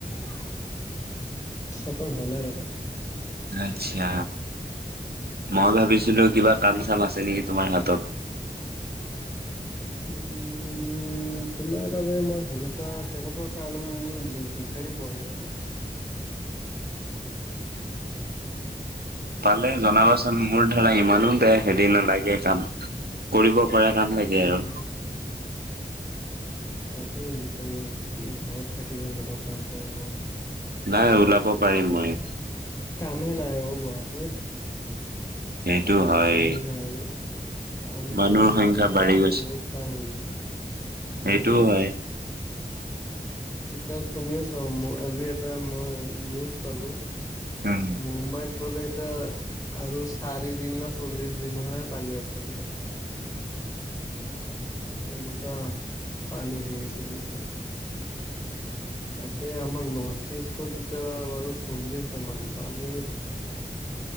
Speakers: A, on the left (about 20°); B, on the right (about 75°).
A: <inaudible> খতম হোৱা নাই ৰ'বা
B: আছা, মই ভাবিছিলো কিবা কাম, চাম আছে নেকি?
A: মাল
B: তোমাৰ হাতত?
A: <unintelligible> কাজ উম তোমাৰ বাবে মই সেনেকুৱা তেনেকুৱা কাৰণে বিচাৰি পোৱা নাই ৰ'বা ন <unintelligible>
B: পালে জনাবাচোন মোৰ ধৰা ইমানো বেয়া হেৰি নালাগে কাম কৰিব পৰা কাম লাগে
A: উম,
B: আৰু
A: তাকেই বিচাৰি আছো, তুমি ঘৰত থাকি যে সেনেকুৱা কাম কৰিব পাৰো।
B: নাই উলাব। পাৰিম মই।
A: সময়ে নাই অ গুৱাহাটীত
B: সেইটো হয়
A: বুজি পাইছো না কাম,
B: মানুহৰ
A: চাম আজিকালি
B: সংখ্যা বাঢ়ি গৈছে
A: বহুত টান হৈ গৈছে।
B: সেইটোও
A: উম।
B: হয়
A: এতিয়া তুমিও চোৱা আজি এটা মই নিউজ চালো
B: উম
A: মুম্বাইত বোলে এতিয়া আৰু চাৰি দিন না চল্লিচ দিনহে পানী আছে বোলে এনেকুৱা। পানীৰ হেৰি চলিছে এতিয়া তাকে আমাৰ নথ ইষ্টত এতিয়া বাৰু চলি আছে মানুহ পানীৰ